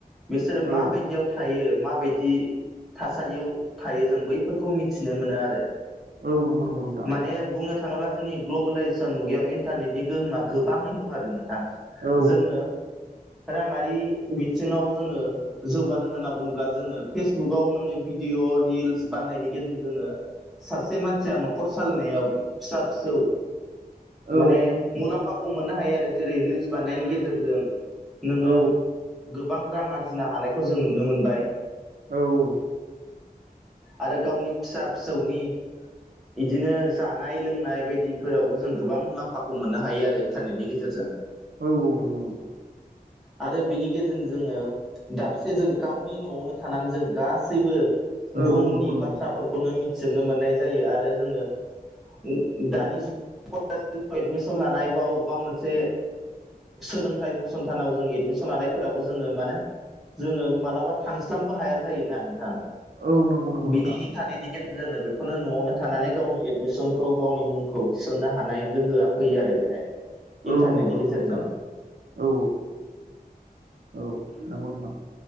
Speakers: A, in the centre; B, on the right.
A: बिसोरो
B: औ
A: माबायदियाव थायो माबायदि थासारियाव थायो जों बैफोरखौ मि थिनो मोनो आरो
B: औ नंगौ नंगौ नोंथां
A: माने बुंनो थाङोब्ला जोंनि ग्लबेेलाइजेसन मुगायाव इन्थारनेटनि गोहोमा गोबाङैनो दं आरो नोंथां।
B: औ
A: जोङो राङारि बिथिङाव बुगाव नोङो भिडिअ रिल्स बानायनायनि गेजेरजों जोङो सासे मानसिया न'खर साालायनायाव फिसा फिसौ
B: औ
A: माने मुलाम्फाखौ मोननो हायो आरो जेरै रिल्स बानायनायनि गेजेरजों नोङो
B: औ
A: गोबां रां आरजिनो हानायखौ जों नुनो मोनबाय
B: औ औ
A: आरो गावनि फिसा फिसौनि इदिनो जानाय लोंनाय बायदिफोरावबो जों गोबां मुलाम्फाखौ मोननो हायो आरो इन्थारनेटनि गेजेरजों।
B: औ औ नंगौ नंगौ
A: आरो बिनि गेजेरजों जोङो दाबसे जो गावनि न'आवनो थानानै जों गासैबो
B: औ
A: बुहुमनि
B: औ नंगौ नंगौ
A: बाथ्राफोर
B: नोंथां
A: खौनो मिथिजोबनो मोननाय जायो आरो जोङो <unintelligible> दानि <unintelligible> <unintelligible> एडमिसन लानाय बा अबेबा मोनसे सोलोंथाइ फसंथानाव जों एडमिसन लानायफोरावबो जोङो मानो जोङो मालाबा थांस्लामबो हाया जायोना नोंथां
B: औ नंगौ नंगौ
A: बिनि
B: नोंथां
A: इन थारनेटनि गेजेरजों जोङो बेखौनो न'आवनो थानानै गावनि एडमिसनखौ गावनि मुंखौ थिसननो हानाय गोहोआ फैयो आरो बेहाय।
B: औ
A: इन्टारनेटनि
B: नंगौ नंगौ
A: गेजेरजों
B: नोंथां औ औ औ। नंगौ नोंथां